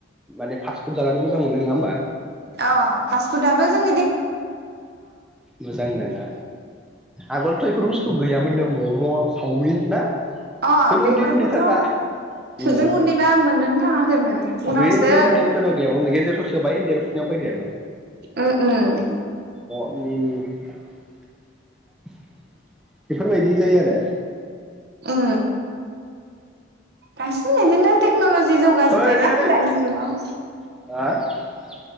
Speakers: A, in the centre; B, on the right.
A: माने फास्ट फुड जानानै मोजां मोनो नङा होमबा‌?
B: अ फास्ट फुदआबो जों
A: मोजां नङा आगोलथ' बेफोर बुस्थु गैयामोननो मम' सावमिन ना
B: अ
A: जों
B: बेफोरखौथ'
A: उन्दै उन्दै थारबा उम
B: जों उन्दैबा मोननोनो थाङाखैमोन उनावसो
A: बे उन्दै उन्दैथारबा गैयामोन गेजेर ससे बाय देरफुनायाव फैदों।
B: उम उम
A: <inaudible> बेफोर बायदि जायो आरो।
B: उम बांसिन बिदिनो टेक्न'लजि जौगा जोब्बायना
A: ओइ दे दे
B: दानि जुगाव।
A: <inaudible>